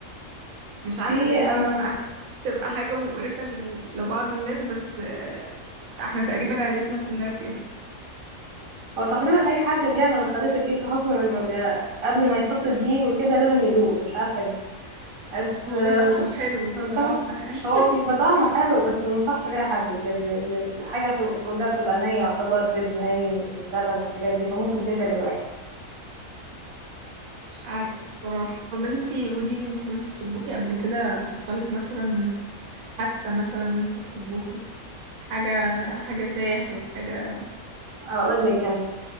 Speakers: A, on the right; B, on the right.
A: مش عارفه
B: في
A: دي ممكن
B: انا
A: تبقى تبقى حاجه مقرفه ل- لبعض الناس بس آه، احنا تقريبا عيلتنا كلها كده
B: هو تقريبا اي حد بيعمل خليط الكيكه خاصه لما بي... قبل ما يحط الدقيق وكده لازم يدوقه مش عارفه ليه بس
A: هو
B: آم،
A: بيبقى طعمه حلو بصراحه
B: منصحش
A: يعني
B: هو
A: <laughs>
B: بيبقى طعمه حلو بس منصحش بيها حد بجد لان الحاجه هتبقى كلها بتبقى نيه يعتبر بيض ني ولبن والحاجات دي فممكن تتعب الواحد
A: مش عارفه بصراحه طب انتي قولي لي انتي وانتي بتطبخي قبل كده حصل لك مثلا حادثه مثلا وانتي بتطبخي حاجه حاجه ساحت حاجه
B: اقول لك